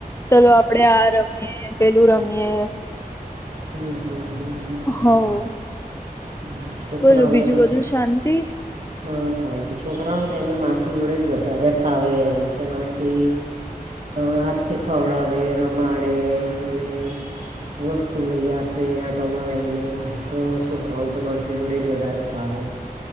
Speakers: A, on the left; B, on the right.
A: ચલો આપડે આ રમીએ, પેલું રમીએ.
B: હમ્મ હમ્મ હમ્મ હમ્મ
A: હવ
B: હમ્મ હમ્મ છોકરાઓને
A: બોલો બીજું
B: તો અ
A: બધું શાંતિ
B: શાંતિ, છોકરાઓને તો એમહે માસી જોડે જ વધારે. ફાવે એમકે માસી અ હાથથી ખવડાવે, રમાડે અને વસ્તુ તું લઈ આપે, આંટો મરાએલે, તો છોકરાઓને તો માસી જોડેજ વધારે ફાવે.